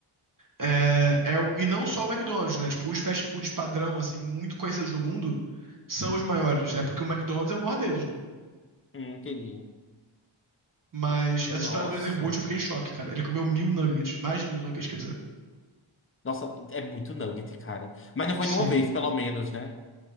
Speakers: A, on the right; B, on the left.
A: É, é, o- e não só o McDonald's, né? Tipo, os fast foods padrão, assim, muito conhecidos no mundo, são os maiores, né? Porque o McDonald's é o maior deles, né?
B: Hum, entendi.
A: Mas
B: Nossa.
A: essa história do Usain Bolt, eu fiquei em choque, cara. Ele comeu mil nuggets, mais de mil nuggets, quer dizer.
B: Nossa, é muito nugget, cara. Mas não foi
A: Sim.
B: de uma vez, pelo menos, né?